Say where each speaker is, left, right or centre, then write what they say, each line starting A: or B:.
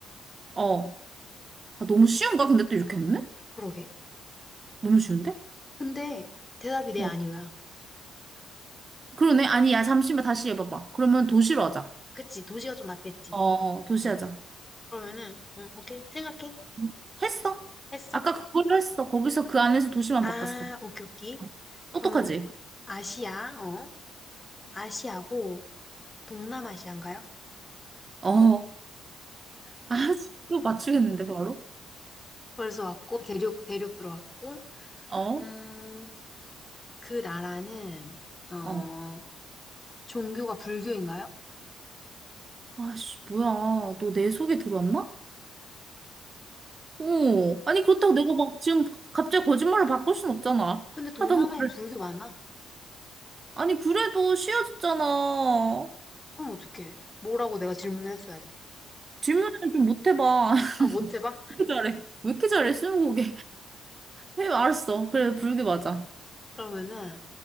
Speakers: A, on the right; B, on the left.
A: 어. 아, 너무 쉬운가? 근데 또 이렇게 하면은?
B: 그러게.
A: 너무 쉬운데?
B: 근데 대답이 네
A: 어.
B: 아니오야.
A: 그러네. 아니, 야, 잠시만 다시 해봐봐. 그러면 도시로 하자.
B: 그치, 도시가 좀 낫겠지.
A: 어, 도시
B: 응.
A: 하자.
B: 그러면은, 응, 오케이. 생각해.
A: 음. 했어?
B: 했어.
A: 아까 그걸로 했어. 거기서 그 안에서 도시만
B: 아,
A: 바꿨어.
B: 오케이, 오케이.
A: 어. 똑똑하지?
B: 그러면 아시아, 어? 아시아고 동남아시아인가요?
A: 어. 아, 이거 맞추겠는데, 바로?
B: 벌써 왔고, 대륙, 대륙 들어왔고,
A: 어?
B: 음, 그 나라는, 어,
A: 어.
B: 종교가 불교인가요?
A: 아씨, 뭐야. 너 내 속에 들어왔나? 오, 아니, 그렇다고 내가 막 지금 갑자기 거짓말을 바꿀 순 없잖아.
B: 근데 동남아에
A: 하던 거를.
B: 불교 많아.
A: 아니, 그래도 쉬워졌잖아. 어,
B: 그럼 어떡해. 뭐라고 내가 질문을 했어야 돼.
A: 질문을 좀 못 해봐. <laughs>
B: 아, 못 해봐?
A: 왜 이렇게 잘해? 왜 이렇게 잘해, 스무고개? 해, 알았어. 그래, 불게 맞아.
B: 그러면은